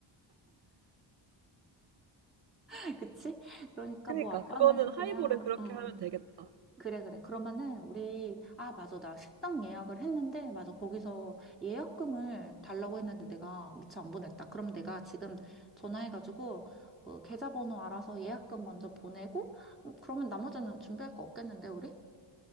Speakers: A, in the centre; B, on the right.
A: <laughs> 그치? 그러니까
B: 그니까
A: 뭐 아빠는
B: 그거는 하이볼은
A: 그냥,
B: 그렇게
A: 어,
B: 하면 되겠다.
A: 그래, 그래. 그러면은 우리, 아, 맞아. 나 식당 예약을 했는데, 맞아. 거기서 예약금을 달라고 했는데 내가 미처 안 보냈다. 그럼 내가 지금 전화해가지고, 어, 계좌번호 알아서 예약금 먼저 보내고, 음, 그러면 나머지는 준비할 거 없겠는데, 우리?